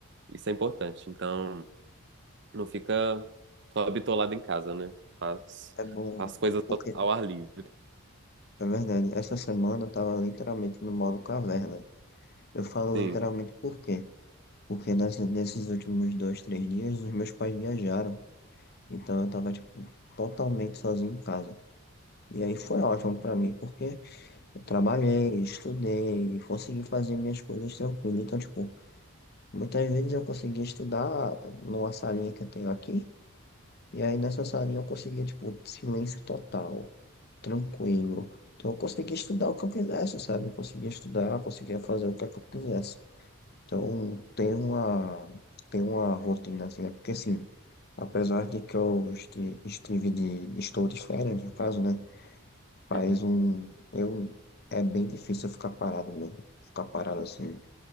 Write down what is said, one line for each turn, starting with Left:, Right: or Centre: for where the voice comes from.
Right: isso é importante. Então não fica só bitolado em casa, né? Faz,
Left: É bom,
Right: faz coisas
Left: porque,
Right: ao ar livre.
Left: é verdade, essa semana eu tava literalmente no modo caverna. Eu falo
Right: Sim.
Left: literalmente por quê? Porque nessa- nesses últimos dois, três dias, os meus pais viajaram, então eu tava, tipo, totalmente sozinho em casa. E aí foi ótimo pra mim, porque Eu trabalhei, estudei, consegui fazer minhas coisas tranquilo. Então, tipo, muitas vezes eu conseguia estudar numa salinha que eu tenho aqui, e aí nessa salinha eu conseguia, tipo, silêncio total, tranquilo. Então, eu conseguia estudar o que eu quisesse, sabe? Eu conseguia estudar, eu conseguia fazer o que é que eu quisesse. Então, tem uma, tem uma rotina, assim, é porque, assim, apesar de que eu esti- estive de, estou de férias, no caso, né? Faz
Right: Uhum.
Left: um. Eu... É bem difícil eu ficar parado, mano. Ficar parado assim.